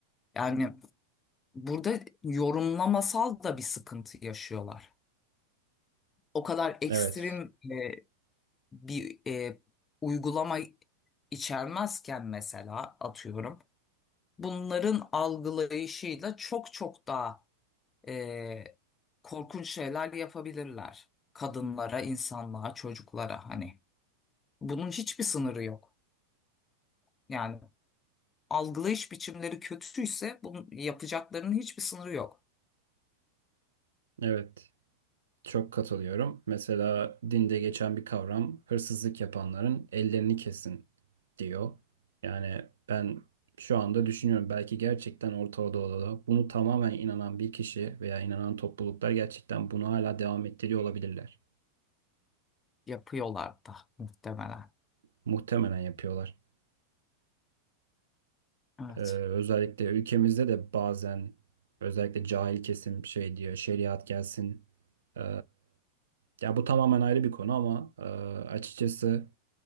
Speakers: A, on the left; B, on the right.
A: Yani burada yorumlamasal da bir sıkıntı yaşıyorlar. o kadar ekstrem
B: Evet.
A: e, bir e, uygulama içermezken mesela atıyorum bunların algılayışıyla çok çok daha e, korkunç şeyler yapabilirler kadınlara, insanlığa, çocuklara hani bunun hiçbir sınırı yok. Yani algılayış biçimleri kötüyse bunun yapacaklarının hiçbir sınırı yok.
B: Evet. Çok katılıyorum. Mesela dinde geçen bir kavram hırsızlık yapanların ellerini kesin diyor. Yani ben şu anda düşünüyorum belki gerçekten Orta Doğu'da bunu tamamen inanan bir kişi veya inanan topluluklar gerçekten bunu hala devam ettiriyor olabilirler.
A: Yapıyorlar da muhtemelen.
B: Muhtemelen yapıyorlar.
A: Evet.
B: Ee, özellikle ülkemizde de bazen özellikle cahil kesim şey diyor şeriat gelsin. Ee, ya bu tamamen ayrı bir konu ama e, açıkçası